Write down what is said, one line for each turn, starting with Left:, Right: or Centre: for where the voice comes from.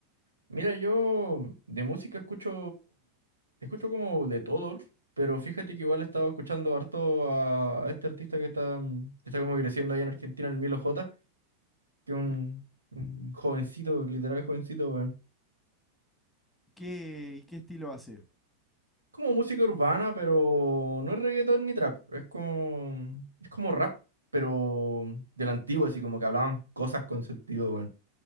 Right: Mira, yo de música escucho, escucho como de todo, pero fíjate que igual he estado escuchando harto a este artista que está, mm, que está como creciendo ahí en Argentina, el Milo J, que es un,
Centre: Ve-
Right: un jovencito, literal jovencito, weón.
Centre: ¿Qué, y qué estilo hace?
Right: Como música urbana, pero no es reggaetón ni trap, es como, es como rap, pero de la antigua, así como que hablaban cosas con sentido, weón.